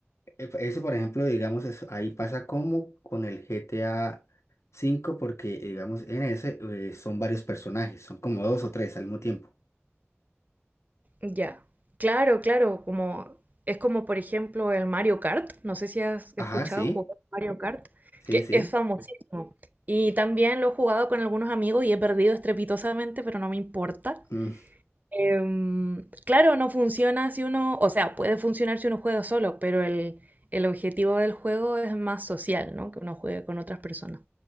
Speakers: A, on the left; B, on the right.
A: E- Eso, por ejemplo, digamos, es- ahí pasa como con el GTA 5, porque, digamos, en ese eh, son varios personajes, son como dos o tres al mismo tiempo.
B: Ya. Claro, claro, como es como por ejemplo el Mario Kart, no sé si has
A: Ajá,
B: escuchado
A: sí,
B: jugar Mario Kart,
A: sí,
B: que
A: sí.
B: es famosísimo. Y también lo he jugado con algunos amigos y he perdido estrepitosamente, pero no me importa.
A: Mm,
B: Em, claro, no funciona si uno, o sea, puede funcionar si uno juega solo, pero el, el objetivo del juego es más social, ¿no? Que uno juegue con otras personas.